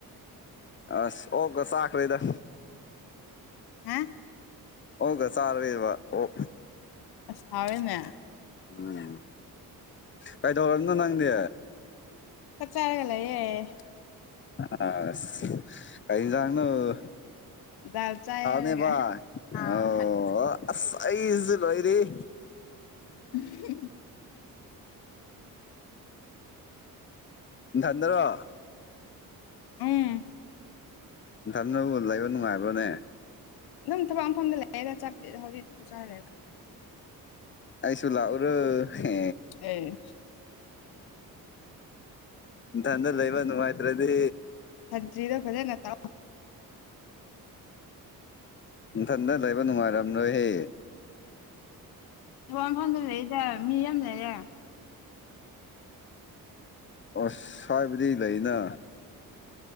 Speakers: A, on the left; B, on the left.
A: ꯑꯁ ꯑꯣꯒꯁꯈꯔꯦꯗ
B: ꯍꯥ
A: ꯑꯣꯒ ꯆꯔꯦꯕ ꯑꯣ
B: ꯑꯁ ꯍꯥꯎꯋꯦꯅꯦ
A: ꯎꯝ ꯀꯩꯗꯧꯔꯝꯅꯣ ꯅꯪꯅꯦ
B: ꯆꯠꯆꯥ ꯍꯥꯏꯒꯂꯌꯦꯦ
A: ꯑ ꯀꯩꯅꯖꯥꯡꯅ
B: ꯗꯥꯜ ꯆꯥꯏ ꯍꯥꯏꯔꯒ
A: ꯅꯦꯕ ꯑꯣ
B: ꯑꯥ
A: ꯑ ꯂꯣꯏꯔꯤꯦ
B: <unintelligible>
A: ꯊꯟꯗꯔꯣ
B: ꯎꯝ
A: ꯏꯊꯅꯕꯨ ꯂꯩꯕ ꯅꯨꯡꯉꯥꯏꯕ꯭ꯔꯣꯅꯦ
B: ꯑꯗꯨꯝ ꯊꯕꯛꯈꯐꯝꯗ ꯂꯩꯔꯒ ꯆꯦꯗ ꯍꯧꯖꯤꯛꯇꯤ ꯆꯥꯔꯣꯏꯕ
A: ꯑꯩꯁꯨꯨꯂ ꯑꯣꯔ ꯍ
B: ꯑꯦ
A: ꯏꯊꯟꯗ ꯂꯩꯕ ꯅꯨꯡꯉꯥꯏꯇ꯭ꯔꯗꯤ
B: ꯆ꯭ꯔꯤꯗ ꯐꯖꯦ ꯅꯠꯇ
A: ꯏꯊꯟꯗ ꯂꯩꯕ ꯅꯨꯡꯉꯥꯏꯔꯝ꯭ꯔꯣꯏꯍꯦ
B: ꯃꯐ ꯃꯐꯐꯝꯗꯨ ꯂꯩꯔꯤꯗ ꯃꯤ ꯌꯥꯝ ꯂꯩꯔꯦ
A: ꯑ ꯁ꯭ꯋꯥꯏꯕꯨꯗꯤ ꯂꯩꯅ